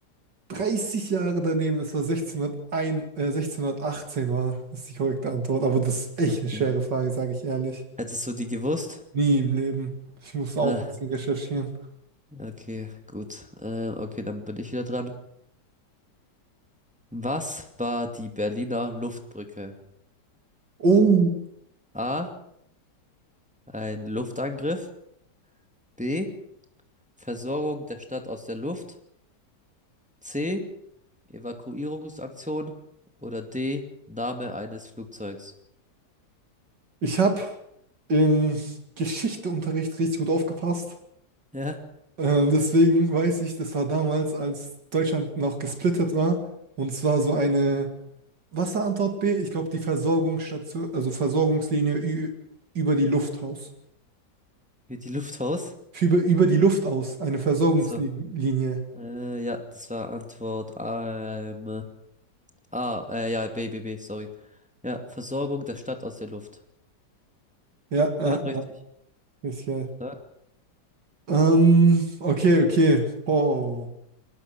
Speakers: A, on the right; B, in the centre.
A: 30 Jahre daneben. Es war 1601, äh, 1618 war, ist die korrekte Antwort. Aber das ist echt
B: Okay.
A: eine schwere Frage, sage ich ehrlich.
B: Hättest du die gewusst?
A: Nie im Leben. Ich muss auch
B: Ah,
A: ein bisschen recherchieren.
B: Okay, gut. Ähm, okay, dann bin ich wieder dran. Was war die Berliner Luftbrücke?
A: Oh,
B: A. Ein Luftangriff. B. Versorgung der Stadt aus der Luft. C. Evakuierungsaktion. Oder D. Name eines Flugzeugs.
A: ich habe im Geschichteunterricht richtig gut aufgepasst.
B: Ja,
A: Ähm, deswegen weiß ich, das war damals, als Deutschland noch gesplittet war. Und zwar so eine Wasserantwort B, ich glaube die Versorgungsstation, also Versorgungslinie ü- über die Luft aus.
B: wie die Luft aus.
A: Über, über die Luft aus, eine Versorgungslinie.
B: Achso. Äh, ja, das war Antwort ähm, A. Äh, ja, B, B, B, sorry. Ja, Versorgung der Stadt aus der Luft.
A: Ja, ja,
B: Ja, richtig.
A: ja, ist geil.
B: Ja,
A: Ähm, okay, okay. Oh,